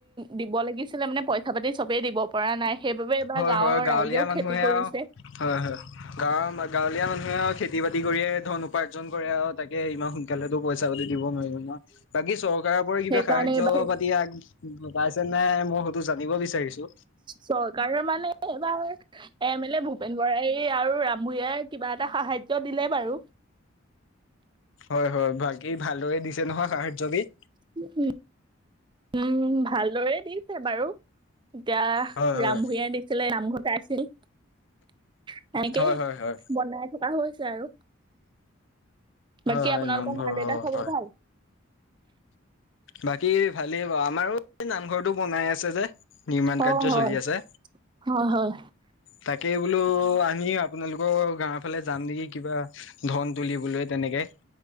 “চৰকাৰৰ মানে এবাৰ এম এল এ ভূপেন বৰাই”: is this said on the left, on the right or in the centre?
Right